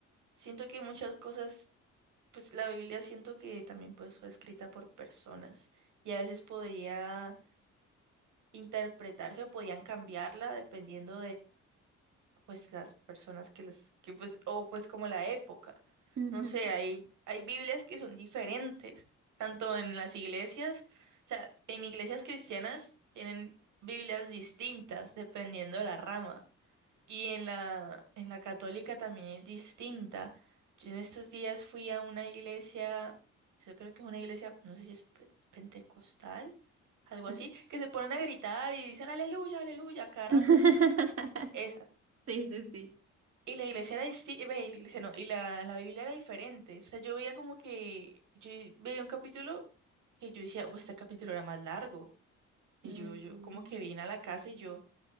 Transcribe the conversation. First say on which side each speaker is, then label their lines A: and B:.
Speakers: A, on the right; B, on the right.
A: siento que muchas cosas, pues la Biblia siento que también pues fue escrita por personas y a veces podría interpretarse o podían cambiarla dependiendo pues las personas que les, que pues, o pues como la época.
B: Ujú.
A: No sé, hay, hay Biblias que son diferentes, tanto en las iglesias, o sea, en iglesias cristianas tienen Biblias distintas dependiendo de la rama. Y en la, en la católica también es distinta. Yo en estos días fui a una iglesia, yo creo que es una iglesia, no sé si es pe- pentecostal, algo así,
B: Mm.
A: que se ponen a gritar y dicen aleluya, aleluya, cada rato.
B: <laughs>
A: Esa.
B: Sí, sí, sí.
A: Y la iglesia era distinta, la iglesia no, y la, la Biblia era diferente. O sea, yo veía como que, yo veía un capítulo que yo decía, oh, este capítulo era más largo. Y
B: Mm.
A: yo, yo como que vine a la casa y yo,